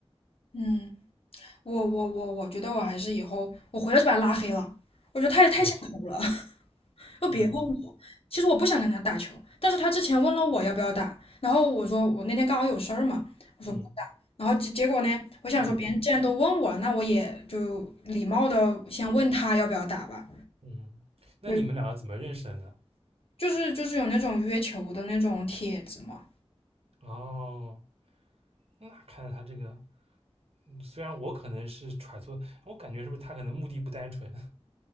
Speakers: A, on the left (about 60°); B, on the right (about 65°).
A: 嗯，我我我我觉得我还是以后我回来就把他拉黑了，我觉得太太下头了。
B: 嗯
A: <laughs> 就别问我，
B: 嗯
A: 其实我不想跟他打球，但是他之前问了我要不要打，然后我说我那天刚好有事儿嘛，我说不打，
B: 嗯
A: 然后结结果呢，我想说别人既然都问我了，
B: 嗯
A: 那我也就礼貌的先问他要不要打吧，
B: 嗯，那你们两个怎么认识的呢？
A: 对，就是就是有那种约球的那种帖子嘛，
B: 哦，那看来他这个，嗯虽然我可能是揣测，我感觉是不是他可能目的不单纯？<laughs>